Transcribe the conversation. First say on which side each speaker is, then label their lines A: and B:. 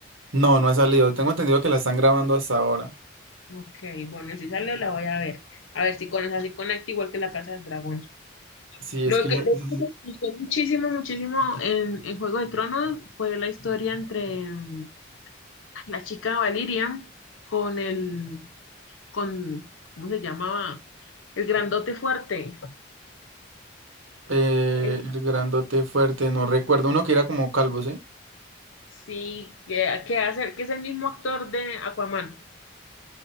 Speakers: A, on the right; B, on the left.
A: No, no ha salido. Tengo entendido que la están grabando hasta ahora.
B: Ok, bueno, si sale la voy a ver. A ver si con esa sí conecta igual que la Casa del Dragón.
A: Sí,
B: Lo
A: es que
B: que,
A: <laughs>
B: lo que me gustó muchísimo, muchísimo en, en Juego de Tronos fue la historia entre mm, la chica Valiria con el con, ¿cómo se llamaba? El grandote fuerte.
A: eh,
B: Eh,
A: el grandote fuerte, no recuerdo. Uno que era como calvo, ¿sí?
B: Sí, que, que hace, que es el mismo actor de Aquaman.